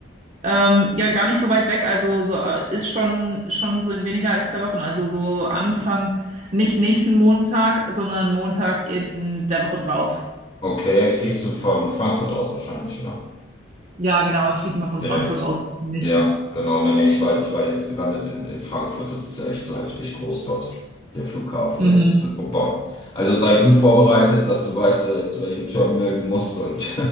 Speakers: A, on the right; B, on the left.
A: Ähm, ja, gar nicht so weit weg. Also so äh, ist schon schon so in weniger als zwei Wochen. Also so Anfang nicht nächsten Montag, sondern Montag in der Woche drauf.
B: Okay, fliegst du von Frankfurt aus wahrscheinlich, oder?
A: Ja, genau. Ich fliege immer von
B: Direkt.
A: Frankfurt aus. Nicht.
B: Ja, genau. Nee, nee, ich war, ich war jetzt gelandet in, in Frankfurt. Das ist ja echt so heftig groß dort, der Flughafen.
A: Mhm.
B: Das ist, äh, oh boah. Also sei gut vorbereitet, dass du weißt, äh, zu welchem Terminal du musst und